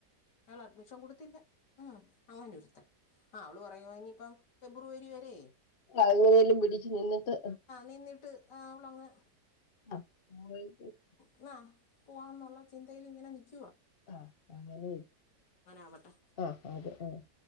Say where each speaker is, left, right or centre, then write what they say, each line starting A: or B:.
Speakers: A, on the left; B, on the left.
A: ആളഡ്മിഷൻ കൊടുത്തില്ല മ് അങ്ങനൊരു- ആ അവള് പറയുവാ ഇഞ്ഞിപ്പം ഫെബ്രുവരി വെരേ-
B: <inaudible> വേലും പിടിച്ച് നിന്നിട്ട്.
A: നിന്നിട്ട് ആ അവ്ളങ്ങ്-
B: അ <unintelligible>
A: ന്നാ പുവാന്നുള്ള ചിന്തയിലിങ്ങനെ ന്നിക്കുവാ.
B: ആ അങ്ങനെ
A: ആവട്ടെ
B: അ അതെ അ